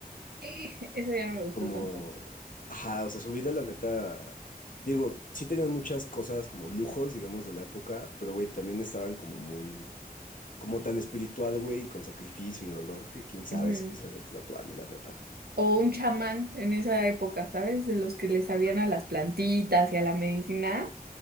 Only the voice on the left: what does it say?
Como,
ajá, o sea, su vida, la neta, digo, sí tenían muchas cosas como lujos, digamos, de la época, pero, güey, también estaban como muy, como tan espiritual, güey, y con sacrificio y dolor que quién sabe
si quizás el tlatoani, la neta.